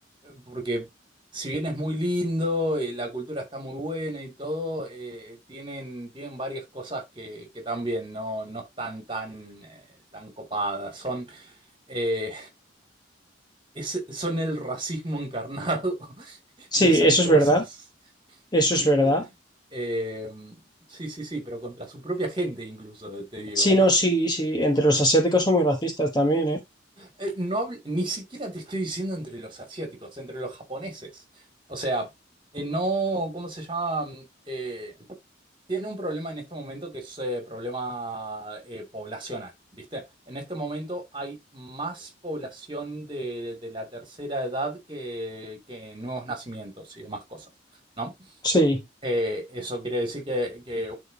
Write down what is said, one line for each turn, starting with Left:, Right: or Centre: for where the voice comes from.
Right: porque si bien es muy lindo, eh, la cultura está muy buena y todo, eh, tienen, tienen varias cosas que, que también no, no están tan, eh, tan copadas. Son, eh, es- son el racismo encarnado <laughs>
Left: Sí,
Right: y esas
Left: eso
Right: cosas,
Left: es verdad. Eso
Right: ¿viste?
Left: es verdad.
Right: Eh, sí, sí, sí, pero contra su propia gente incluso, te digo,
Left: Sí,
Right: ¿eh?
Left: no, sí, sí. Entre los asiáticos son muy racistas también, ¿eh?
Right: Eh, no habl- ni siquiera te estoy diciendo entre los asiáticos, entre los japoneses. O sea, eh, no, ¿cómo se llama? Mm, Eh, tiene un problema en este momento que es eh, problema eh, poblacional, ¿viste? En este momento hay más población de, de la tercera edad que, que nuevos nacimientos y demás cosas, ¿no?
Left: Sí,
Right: Eh, eso quiere decir que, que